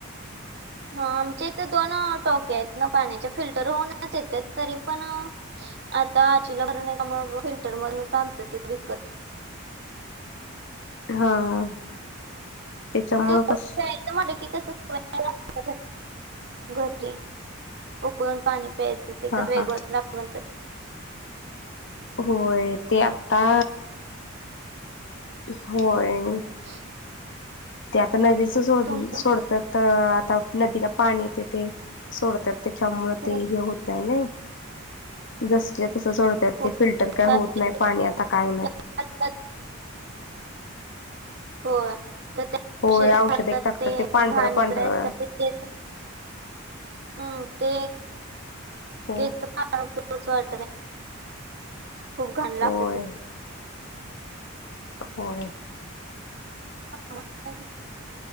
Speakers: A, on the right; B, on the left.
A: हा आमच्या इथे दोन टाक्या आहेत ना पाण्याच्या, फिल्टर होऊनच येतय तरी पण आता आजीला बरं नाही मग फिल्टरमधलच आनत्या ती विकत.
B: हंह तेच्यामुळं
A: असं उकळून
B: कस
A: प्यायचं ते म्हटलं की कस <unintelligible> लागत्यातच. घरी उकळून पाणी प्यायचं, ते
B: हा
A: कस वेगळच
B: हा
A: लागल म्हणत्यात.
B: होय ते आता होय.
A: <inaudible>
B: ते आता नदीच सोड
A: तुमचं
B: सोडत्यात, आता नदीला पाणी येत ते सोडतात. त्याच्यामुळे
A: हो
B: ते हे होत नाही ना जस तस सोडतात.
A: हो
B: ते फिल्टर काय
A: त्यात
B: होत
A: ते
B: नाही पाणी आता काय नाही.
A: <unintelligible> होय त्या त्या
B: होय
A: औषध घालतात
B: एक टाकतात
A: ते
B: पांढरं
A: घाणीच
B: पांढरं
A: राहतात ते. हम्म ते. <unintelligible>
B: हो
A: <unintelligible> याच वाटत नाही खूप घाण
B: होय
A: लागत ते
B: होय
A: <unintelligible>